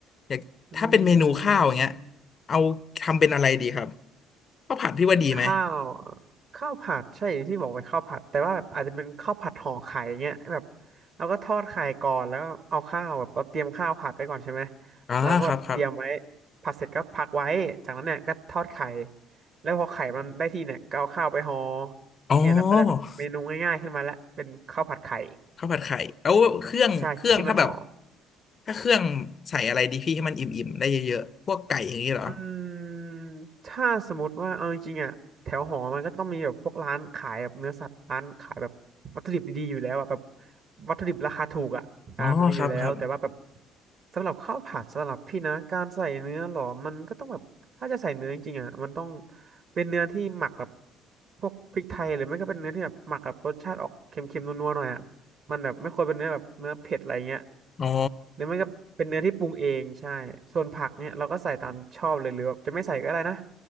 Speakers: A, on the left (about 40°); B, on the right (about 50°).
A: อยากถ้าเป็นเมนูข้าวอย่างเงี้ย
B: อืม
A: เอาทำเป็นอะไรดีครับข้าวผัดพี่ว่าดีไหม
B: ข้าวข้าวผัดใช่ที่บอกเป็นข้าวผัดแต่ว่าแบบอาจจะเป็นข้าวผัดห่อไข่เงี้ยแบบเราก็ทอดไข่ก่อนแล้วเอาข้าวแบบเราเตรียมข้าวผัดไว้ก่อนใช่ไหม
A: อ่าครับครับ
B: เราก็แบบเตรียมไว้ผัดเสร็จก็พักไว้จากนั้นเนี่ยก็ทอดไข่แล้วพอไข่มันได้ที่เนี่ยก็เอาข้าวไปห่อ
A: อ๋อ
B: เนี่ยเราก็ได้แบบเมนูง่ายๆขึ้นมาละเป็นข้าวผัดไข่
A: ข้าวผัดไข่เอาเครื่องเครื่องถ้าแบบ
B: ใช่ที่มันห่อ
A: ถ้าเครื่องใส่อะไรดีพี่ให้มันอิ่มๆได้เยอะๆพวกไก่อย่างนี้เหรอ
B: อืมถ้าสมมติว่าเอาจริงๆอ่ะแถวหอมันก็ต้องมีแบบพวกร้านขายแบบเนื้อสัตว์ร้านขายแบบวัตถุดิบดีๆอยู่แล้วอ่ะแบบวัตถุดิบราคาถูกอ่ะอ่ามันมีอยู่แล้วแต่ว่าแบบ
A: อ๋อครับครับ
B: สำหรับข้าวผัดสำหรับพี่นะการใส่เนื้อหรอมันก็ต้องแบบถ้าจะใส่เนื้อจริงๆอ่ะมันต้องเป็นเนื้อที่หมักกับพวกพริกไทยหรือไม่ก็เป็นเนื้อที่แบบหมักกับรสชาติออกเค็มๆนัวๆหน่อยอ่ะ มันแบบไม่ควรเป็นเนื้อแบบเนื้อเผ็ดอะไรเงี้ย
A: อ๋อ
B: หรือไม่ก็เป็นเนื้อที่ปรุงเองใช่ส่วนผักเนี่ยเราก็ใส่ตามชอบเลยหรือแบบจะไม่ใส่ก็ได้นะ